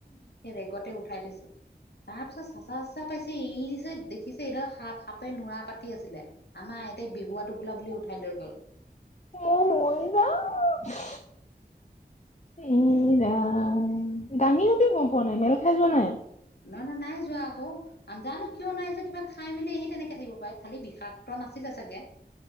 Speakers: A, on the left; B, on the left.
A: সেই ৰেগতে উঠাই থৈছে। তাৰপিছত চাচা চাচা পাইছে এৰিদিছে দেখিছে এডাল সাপ, সাপে নুৰা পাতি আছিলে। আমাৰ আইতে বেহুৱা টোপোলা বুলি উঠাই লৈ গ'ল।
B: মই মৰি যাম। এ ৰাম দাঙিনেওতে গ'ম পোৱা নাই মেল খাই যোৱা নাই?
A: না-না-নাই যোৱা আকৌ। নাজানো কিয় নাই যোৱা কিবা খাই মেলি আহি তেনেকে থাকিব পাৰে, খালি বিষাক্ত নাছিলে চাগে।